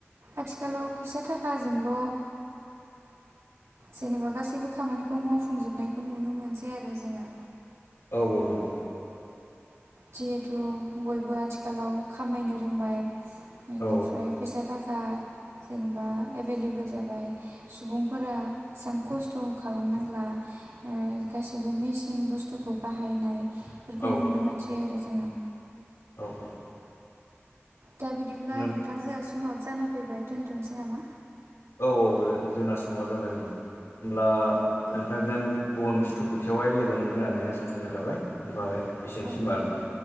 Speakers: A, on the right; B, on the left.
A: आथिखालाव फैसा थाखाजोंल' ओ जेनेबा गासैबो खामानिखौ मावफुंजोबनायखौ नुनो मोनसै आरो जोङो।
B: औ औ नोंगौ।
A: जिहेथु बयबो आथिखालाव खामायनो रोंबाय बिनिफ्राय
B: औ
A: फैसा थाखा जेनबा एभेलेबोल जाबाय। सुबुंफोरा एसां खस्थ' खालामनांला ओ गासिबो मेसिन बुस्थुखौ बाहायनाय फोरखौ
B: औ
A: नुनो मोनसै आरो जोङो।
B: औ औ।
A: दा बिदिब्ला
B: नों
A: नोंथां जोआ समाब जाना फैबाय दोनथ'नोसै नामा?
B: औ औ जोंना समा जाबाय उम उमब्ला
A: औ दे
B: नोंथांजों गुबुन मोनसे टपिकसआवहाय लोगो मोनगोन होननानै आसा खामनाय थाबाय ओमफ्राय एसेनोसै
A: औ
B: होनबा नोंथां?